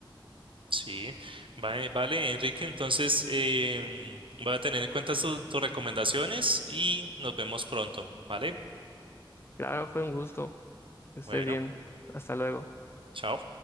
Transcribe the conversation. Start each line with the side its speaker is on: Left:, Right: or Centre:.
Right: Sí, vale, vale, Enrique, entonces em, voy a tener en cuenta tu- tus recomendaciones y nos vemos pronto, ¿vale?
Left: Claro, fue un gusto. Que estés
Right: Bueno.
Left: bien. Hasta luego.
Right: Chao.